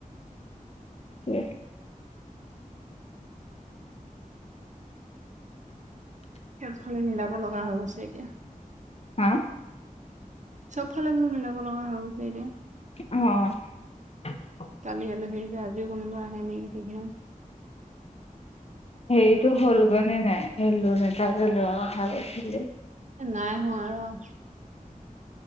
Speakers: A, on the left (about 45°); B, on the right (about 55°).
A: উ
B: সেইফালে মিলাব লগা হৈ গৈছে এতিয়া।
A: হা
B: চবফালে বোলো মিলাব লগা হৈ গৈছে এতিয়া।
A: অ
B: কালি আলহী আহিলে আজিও কোনোবা আহে নেকি ঠিক নাই। <inaudible>
A: সেইটো হল গৈ নাই, সেই লৰা এটা লোৱা কথা কৈছিলে।
B: নাই হোৱা ৰ।